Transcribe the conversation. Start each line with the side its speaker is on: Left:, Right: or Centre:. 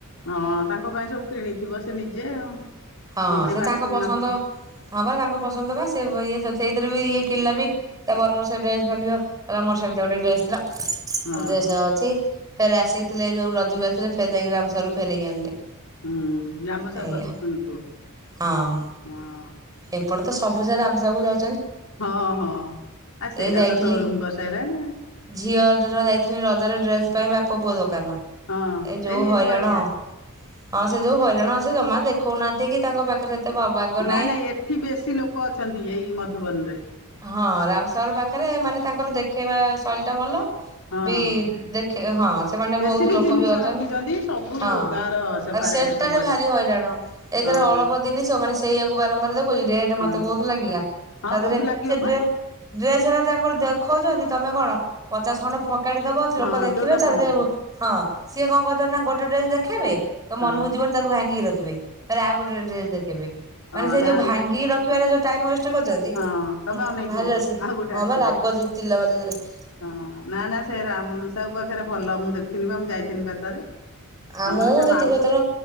Left: ହଁ ତାଙ୍କ ପାଇଁ ସବୁ କିଣିଥିବ ସେ ନିଜେ ଆଉ।
Right: ହଁ
Left: ନିଜେ
Right: ସେ
Left: ବାଛିକି
Right: ତାଙ୍କ ପସନ୍ଦ
Left: ନ କିଣି
Right: ହଁ ବା ତାଙ୍କ ପସନ୍ଦ ବା ସେ ଇଏ ସେଇଥିରେ ବି ଇଏ କିଣିଲା ବି ତା ବରର ସେ ଡ୍ରେସ ଖଣ୍ଡିକ କହିଲା ମୋର ସେମତିଆ ଗୋଟେ ଡ୍ରେସ ଥିଲା ମୁଁ
Left: ହଁ।
Right: ଡ୍ରେସ୍ ଅଛି ଫେର ଆସିକି ଥିଲେ ଏଇ ଯୋଉ ରଜକୁ ଆସିଥିଲେ ଫେର୍ ଯାଇକି ଆମ ସୋରରୁ ଫେରେଇକି ଆଣିଲେ।
Left: ହୁଁ ଗାମଶହୁ
Right: ଏଇଆ
Left: ପାଖରୁ କିଣୁଥିବ
Right: ହଁ
Left: ହଁ।
Right: ଏପଟେ ତ ସବୁ ସାର ଆମ ସାକୁ ଯାଉ
Left: ହଁ ହଁ। ଆ ସେଇଟା
Right: ଏ ଯାଇଥିଲି
Left: ତ ସୋରୁମ କରିସାଇଲାଣି
Right: ଝିଅ ଦର ଯାଇଥିଲି ରଜରେ ଡ୍ରେସ ପାଇଁ ବାପ ପୁଅ ଦୋକାନ
Left: ଆଉ ହଁ
Right: ଏ ଯୋଉ
Left: ଏଇ
Right: ହଇରାଣ
Left: କୁଆଖିଆ।
Right: ହଁ ସେ ଯୋଉ ହଇରାଣ ସେ ଜମା ଦେଖଉନାହାନ୍ତି କି ତାଙ୍କ ପାଖରେ ଏତେ ଭାଗ ନାହିଁ
Left: ନା ନାଇ ଏଠି ବେଶୀ ଲୋକ ଅଛନ୍ତି ଏଇ ମଧୁବନ ରେ।
Right: ହଁ ରାମସାଗର ପାଖରେ ମାନେ ତାଙ୍କର ଦେଖେଇବା ଶୈଳୀ ଟା ଭଲ
Left: ହଁ।
Right: ବି ଦେଖେ ହଁ ସେମାନେ
Left: ବେଶୀ
Right: ବହୁତ ଲୋକ
Left: ଜିନିଷ
Right: ବି ଅଛନ୍ତି
Left: ରଖିଛନ୍ତି ସବୁ
Right: ହଁ।
Left: ତାର ସେପାରେଟ
Right: ଆଉ ସେଟାରେ
Left: ସବୁ ଅଛି।
Right: ଭାରି ହଇରାଣ। ଏରେ
Left: ହଁ
Right: ଅଳପ ଦିନିଷ ମାନେ ସେଇଆକୁ ବାରମ୍ବାର ଦେଖୁଛି ରେ
Left: ହଁ
Right: ମତେ ବହୁତ ଲାଗିଲା।
Left: ହଁ
Right: ତା ଦେହରେ
Left: ବହୁତ ଲାଗିବ
Right: ସେ
Left: ବା
Right: ଡ ଡ୍ରେସ ହେଲା ତାଙ୍କର ଦେଖଉଛନ୍ତି ତମେ କଣ ପଚାଶ ଖଣ୍ଡ କାଢି ଦବ
Left: ହଁ
Right: ଲୋକ ଦେଖିବେ
Left: ଯୋଉଟା
Right: ତା
Left: ମନକୁ
Right: ଦେହରେ ହଁ
Left: ଯିବ।
Right: ସିଏ କଣ କରିଦବ ନା ଗୋଟେ ଡ୍ରେସ ଦେଖେଇବେ ତ
Left: ହଁ
Right: ମନକୁ ଯିବନ ତାକୁ ଭାଙ୍ଗିକି ରଖିବେ ଫେରେ ଆଉ ଗୋଟେ ଡ୍ରେସ ଦେଖେଇବେ।
Left: ହଁ
Right: ମାନେ ସେ
Left: ନା
Right: ଯୋଉ ଭାଙ୍ଗି
Left: ନା
Right: ରଖିବାର ଯୋ ଟାଇମ ୱେଷ୍ଟ କରିଛନ୍ତି ଭି
Left: ହଁ ତମେ
Right: ଅ
Left: ଅନେଇଥିବ ଆଉ ଗୋଟେ
Right: ହଁ
Left: ଆସିବ।
Right: ବା ରାଗ ଥିଲା ବଜାଜ ରେ ।
Left: ହଁ ନା ନା ସେ ରାମ ସାଉ ପାଖରେ ଭଲ ମୁଁ ଦେଖିନି ବା ମୁଁ ଯାଇଥିଲି ଥ
Right: ଆଉ
Left: ଆମର
Right: ମୁଁ
Left: ସେ
Right: ଯେତିକି
Left: ମାଉସୀ
Right: ଏଥର